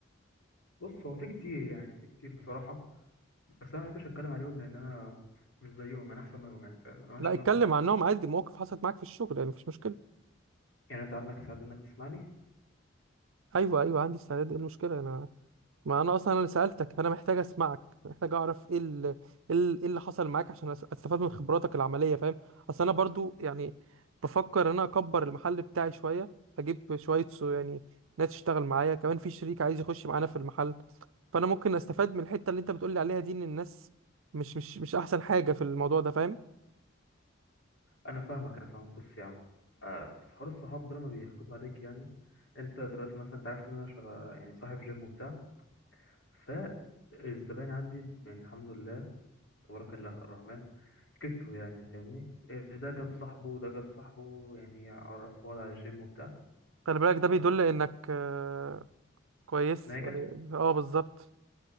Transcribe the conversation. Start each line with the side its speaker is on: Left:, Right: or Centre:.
Left: بص هو في كتير يعني في كتير بصراحه بس انا ما بحبش اتكلم عليهم لان انا مش زيهم انا احسن منهم يعني فاهم انا ماشي
Right: لا
Left: بمبدأ
Right: اتكلم
Left: ده بصراحه
Right: عنهم عادي مواقف حصلت معاك في الشغل يعني مفيش مشكلة
Left: يعني انت عندك سعاده انك تسمعني
Right: ايوه ايوه عندي استعداد ايه المشكلة انا ما انا اصلا انا اللي سالتك فانا محتاج اسمعك محتاج اعرف ايه ال- ايه ال- إيه اللي حصل معاك عشان أس- استفاد من خبراتك العمليه فاهم اصل انا برضو يعني بفكر ان انا اكبر المحل بتاعي شويه اجيب شويه سو يعني ناس تشتغل معايا كمان في شريك عايز يخش معانا في المحل فانا ممكن استفاد من الحته اللي انت بتقولي عليها دي ان الناس مش مش مش احسن حاجه في الموضوع ده فاهم
Left: انا فاهمك انا فاهمك بص يا عم آه، بس حوار الصحاب ده لما بيحقدوا عليك يعني انت دلوقتي مثلا انت عارف ان انا شغ... يعني صاحب جيم وبتاع فالزباين عندي يعني الحمد لله تبارك الله الرحمن كتروا يعني فاهمني آه، ده جاب صاحبه وده جاب صاحبه يعني عرفوا بعض على الجيم وبتاع
Right: خلي بالك ده بيدل انك آه، كويس
Left: فناجح
Right: يعني اه بالظبط